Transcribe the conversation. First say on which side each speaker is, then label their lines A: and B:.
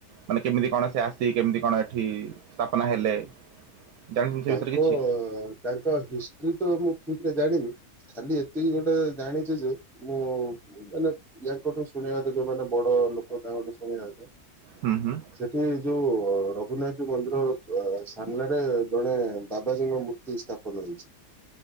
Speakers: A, on the right; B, in the centre.
A: ମାନେ କେମିତି କଣ ସେ ଆସି କେମିତି କଣ ଏଠି ସ୍ଥାପନା ହେଲେ? ଜାଣିଛନ୍ତି ସେ
B: ତାଙ୍କ-ତାଙ୍କ
A: ବିଷୟରେ କିଛି?
B: ହିଷ୍ଟ୍ରି ତ ମୁଁ ଠିକରେ ଜାଣିନି। ଖାଲି ଏତିକି ଗୋଟେ ଜାଣିଚି ଯେ ମୁଁ ମାନେ ୟାଙ୍କଠୁ ଶୁଣିବା କଥା ଯୋଉମାନେ ବଡ ଲୋକ ତାଙ୍କଠୁ ଶୁଣିବାକଥା
A: ହୁଁ-ହୁଁ।
B: ସେଠି ଯୋଉ ରଘୁନାଥ ମନ୍ଦିର ଅ ସାମ୍ନାରେ ଜଣେ ବାବାଜୀଙ୍କ ମୂର୍ତ୍ତି ସ୍ଥାପନ ହେଇଛି,